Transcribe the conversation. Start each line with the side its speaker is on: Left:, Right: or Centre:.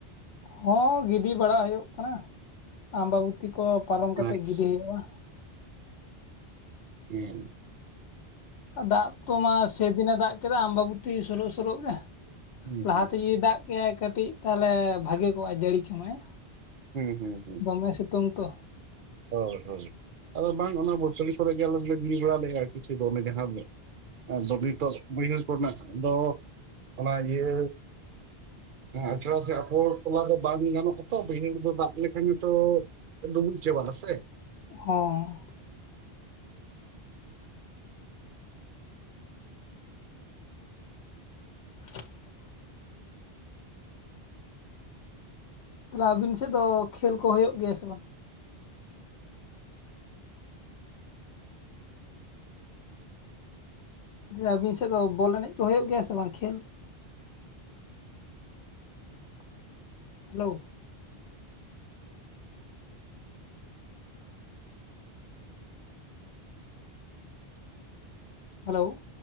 Left: ᱦᱚᱸ ᱜᱤᱰᱤ ᱵᱟᱲᱟ ᱦᱩᱭᱩᱜ ᱠᱟᱱᱟ ᱟᱢᱵᱟᱵᱚᱛᱤ ᱠᱚ ᱯᱟᱨᱚᱢ ᱠᱟᱛᱮ
Right: ᱟᱪᱪᱷᱟ
Left: ᱜᱤᱰᱤ ᱦᱩᱭᱩᱜᱼᱟ
Right: ᱦᱮᱸ ᱾
Left: ᱫᱟᱜ ᱛᱚ ᱢᱟ ᱥᱮᱫᱤᱱᱮ ᱫᱟᱜ ᱠᱮᱫᱟ ᱟᱢᱵᱟᱵᱩᱛᱤ ᱥᱳᱨᱳᱜ ᱥᱳᱨᱳᱜ ᱜᱮ ᱾
Right: ᱦᱩᱸ
Left: ᱞᱟᱦᱟᱛᱮ
Right: ᱦᱩᱸ
Left: ᱡᱩᱫᱤ ᱫᱟᱜ ᱠᱮᱜᱼᱟᱭ ᱠᱟᱹᱴᱤᱡ ᱛᱟᱦᱚᱞᱮ ᱵᱷᱟᱜᱤ ᱠᱚᱜᱼᱟ ᱡᱟᱹᱲᱤ <unintelligible>
Right: ᱦᱩᱸ ᱦᱩᱸ ᱦᱩᱸ
Left: ᱫᱚᱢᱮ ᱥᱤᱛᱩᱝ ᱛᱚ ᱾
Right: ᱦᱳᱭ ᱦᱳᱭ ᱾ ᱟᱫᱚ ᱵᱟᱝ ᱚᱱᱟ <unintelligible> ᱠᱚᱨᱮ ᱜᱮ ᱟᱞᱮ ᱫᱚᱞᱮ ᱜᱤᱲᱤ ᱵᱟᱲᱟ ᱞᱮᱫᱼᱟ ᱟᱨ ᱠᱤᱪᱷᱩ ᱫᱚ ᱚᱱᱮ ᱡᱟᱦᱟᱸ <unintelligible> ᱵᱟᱹᱭᱦᱟᱹᱲ ᱠᱚᱨᱮᱱᱟᱜ ᱫᱚ ᱚᱱᱟᱻ ᱤᱭᱟᱹ ᱦᱮᱸ ᱟᱪᱷᱲᱟ ᱥᱮ ᱟᱯᱷᱚᱨ ᱛᱚᱞᱟ ᱫᱚ ᱵᱟᱝ ᱜᱟᱱᱚᱜᱼᱟ ᱛᱚ ᱵᱟᱹᱭᱦᱟᱹᱲ ᱫᱚ ᱫᱟᱜ ᱞᱮᱠᱷᱟᱱ ᱜᱮᱛᱚ ᱰᱩᱵᱩᱡ ᱪᱟᱵᱟᱜᱼᱟ ᱥᱮ ᱾
Left: ᱦᱚᱸᱻ <inaudible> ᱛᱟᱦᱞᱮ ᱟᱵᱤᱱ ᱥᱮᱫ ᱫᱚ ᱠᱷᱮᱞ ᱠᱚ ᱦᱩᱭᱩᱜ ᱜᱮᱭᱟ ᱥᱮ ᱵᱟᱝ? ᱡᱮ ᱟᱵᱤᱱ ᱥᱮᱫ ᱫᱚ ᱵᱚᱞ ᱮᱱᱮᱡ ᱠᱚ ᱦᱩᱭᱩᱜ ᱜᱮᱭᱟ ᱥᱮ ᱵᱟᱝ ᱠᱷᱮᱞ? <inaudible> ᱦᱮᱞᱳ ᱾ ᱦᱮᱞᱳᱻ